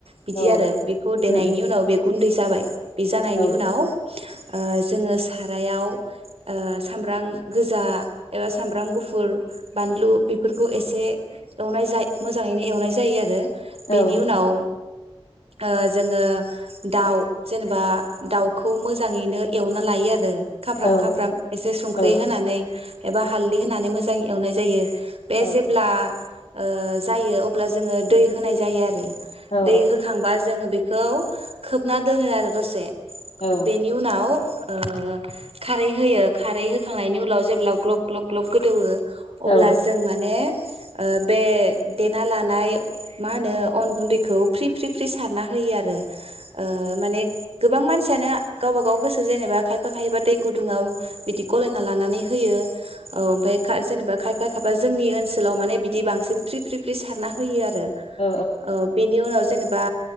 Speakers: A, on the right (about 70°); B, on the left (about 75°).
A: बिदि
B: औ
A: आरो बेखौ देनायनि
B: उम उम
A: उनाव बे गुन्दै जाबाय। बे जानायनि
B: औ
A: उनाव। ओ जोङो सारायाव ओ सामब्रां। गोजा एबा सामब्राम गुफुर बानलु बेफोरखौ एसे एवनाय जा मोजाङैनो एवनाय जायो आरो।
B: औ
A: बेनि उनाव ओ जोङो दाउ जेनेबा दाउखौ मोजाङैनो एवना लायो आरो। खामफ्राम
B: औ
A: खामफ्राम एसे संख्रि।
B: औ
A: <unintelligible> होनानै। एबा हालदै होनानै मोजां एवनाय जायो। बे
B: औ
A: जेब्ला ओ जायो अब्ला जोङो दै होनाय जायो आरो।
B: औ
A: दै होखांबा जोङो बे खौ खोबना दोनो आरो दसे।
B: औ
A: बेनि उनाव ओ खारै होयो खारै खांनायनि उनाव जेब्ला ग्लब ग्लब ग्लब गोदौवो।
B: औ
A: अब्ला जों माने। ओ बे देना लानाय मा होनो अन गुन्दैखौ फ्रि फ्रि फ्रि सारना होयो आरो। ओ माने गोबां मानसियानो गावबा गाव गोसो जेनेबा खायफा खायबा दै गुदुङाव बिदि गलायना लानानै होयो। औ ओमफाय खा जेनेबा खायफा खायफा जोंनि ओनसोलाव माने बिदि बांसिन फ्रि फ्रि फ्रि सारना होयो आरो।
B: औ
A: ओ बेनि उनाव जेनेबा